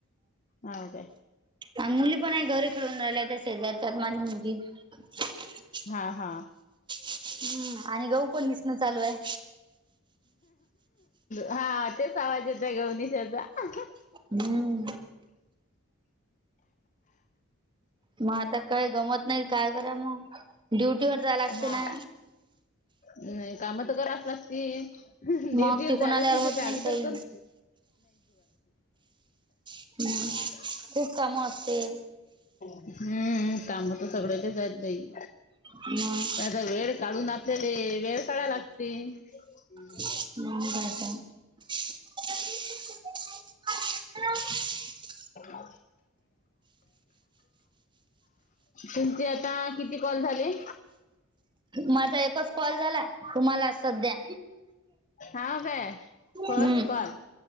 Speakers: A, on the left (about 35°); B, on the right (about 20°).
A: हा काय.
B: आणि मुली पण आहे, घरी खेळून राहिल्याय त्या शेजारच्यात माझी मुलगी <unintelligible>
A: हा हा.
B: हम्म आणि गहू पण पिसणं चालू आहे.
A: हां तेच आवाज येतोय <unintelligible>
B: हम्म. मग आता काय गमत नाही काय करा मग ड्युटी वर जायला लागते
A: हा
B: ना.
A: नाही कामात तर कराच लागती. ड्युटीवर
B: मग तिकून
A: जालाच
B: आल्यावर
A: <unintelligible>
B: होत नाही
A: अगोदर
B: ताई
A: करून
B: हम्म
A: <unintelligible> <unintelligible>
B: खूप काम असते.
A: हम्म. काम तर सगळ्यांचेच आहे ताई.
B: हम्म.
A: पण आता वेळ काढू लागते ते वेळ काढा लागते <unintelligible>
B: <unintelligible> <unintelligible>
A: <unintelligible> तुमचे आता किती कॉल झाले.
B: माझा एकच कॉल झाला तुम्हाला सध्या.
A: हाव काय
B: हम्म
A: फर्स्ट कॉल